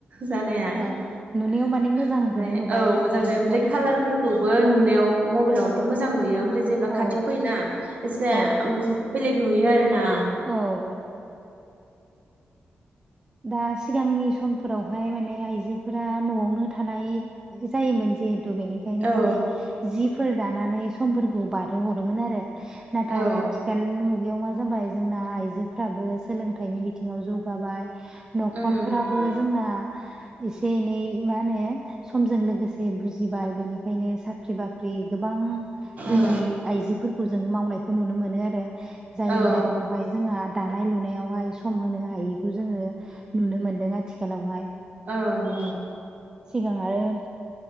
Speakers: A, on the right (about 40°); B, on the right (about 20°).
A: जानाया
B: औ
A: ओमफ्राय
B: नुनायाव माने मोजांखौनो नुबाय
A: औ मोजांनो
B: बेनिफ्राय
A: ओमफ्राय कालारफोरखौ। खौबो नुनायाव मबाइलावथ' मोजां नुयो ओमफ्राय जेब्ला
B: औ
A: खाथियाव फैयोना एसे
B: औ
A: बेलेग नुयो आरो ना
B: औ। दा सिगांनि समफोरावहाय माने आइजोफोरा न'आवनो थानाय जायोमोन जिहेथु बेनिखायनो
A: औ
B: माने जिफोर दानानै समफोरखौ बारहो हरोमोन आरो नाथाय
A: औ
B: आथिखाल नि मुगायाव मा जाबाय जोंना आइजोफ्राबो सोलोंथाइनि बिथिङाव जौगाबाय न'खरफोराबो
A: उम
B: जोंना एसे एनै मा समजों लोगोसे बुजिबाय बेनिखायनो साख्रि बाख्रि गोबां जोंनि
A: औ
B: आइजोफोरखौ जों मावनायखौ नुनो मोनो आरो जायनि
A: औ
B: जाउनावहाय जोंहा द दानाय लुनायावहाय सम होनो हायैखौ जोङो नुनो मोन्दों आथिखालावहाय
A: औ औ।
B: सिगां आरो